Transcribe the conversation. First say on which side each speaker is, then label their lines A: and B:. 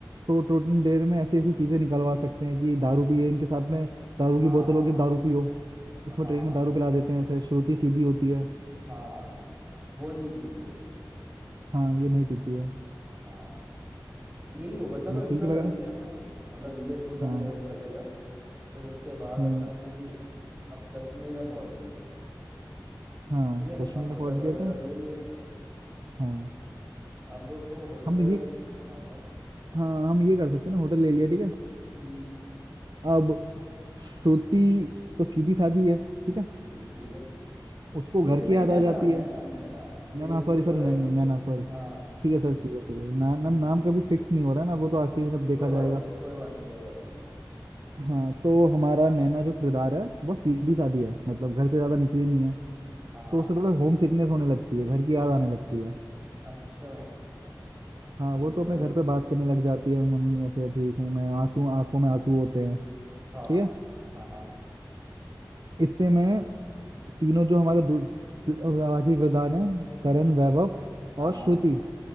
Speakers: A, on the right; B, on the right.
A: तो ट्रूथ एंड डेयर में ऐसी ऐसी चीजें निकलवा सकते हैं कि दारू पिए इनके साथ में दारू
B: हाँ
A: की बोतल होगी दारू पियो उसमें
B: हाँ
A: ट्रेन
B: हाँ
A: में दारू
B: हाँ
A: पिला
B: हाँ
A: देते
B: हाँ
A: हैं
B: हाँ
A: उसे श्रुति सीधी होती है
B: हाँ, वो नहीं पीती है
A: हाँ ये नहीं पीती है
B: हाँ तो यही होगा चलो
A: ये
B: इतना
A: सही
B: कर
A: लग रहा
B: लिया अपने ने मतलब ये ट्रूथ एंड
A: हाँ
B: डेयर तो चलेगा फिर उसके बाद
A: हम्म
B: अपना जैसे कि अब कश्मीर में पहुंच गए
A: हाँ
B: ठीक है
A: कश्मीर
B: अब
A: में
B: होटल
A: पहुंच गए
B: वगैरह
A: थे
B: ले लिया
A: हाँ
B: अब तो होटल
A: हम
B: वगैरह
A: तो ये
B: ले हाँ बताओ
A: हाँ हम ये कर सकते हैं ना होटल ले लिया ठीक है
B: हम्म
A: अब श्रुति तो सीधी सादी है ठीक है
B: ठीक ठीक है
A: उसको
B: श्रुति
A: घर
B: नहीं
A: की याद
B: नैना
A: आ जाती
B: नैना
A: है
B: नैना श्रुति
A: Naina sorry
B: जो
A: sir Naina
B: है
A: Naina sorry
B: हाँ
A: ठीक है सर ठीक है ठीक है ना, ना
B: हम्म
A: नाम का भी फिक्स नहीं हो रहा है ना वो तो आखिरी में जब देखा
B: कोई
A: जाएगा
B: बात नहीं कोई बात नहीं कोई बात नहीं
A: हाँ तो हमारा नैना जो किरदार है वो सीधी सादी है मतलब घर से ज्यादा निकली नहीं है
B: हाँ हाँ
A: तो उसे थोड़ा होम सिकनेस होने लगती है घर की याद आने लगती है
B: अच्छा
A: हाँ
B: ठीक
A: वो तो
B: है
A: अपने
B: भाई
A: घर पे बात करने लग जाती है मम्मी ऐसे ठीक हूँ मैं आंसू आंखों में आंसू होते हैं
B: हाँ
A: ठीक है
B: हाँ हाँ
A: इतने में तीनों जो हमारे दूस- बाकी किरदार हैं करण वैभव
B: हाँ
A: और
B: हाँ,
A: श्रुति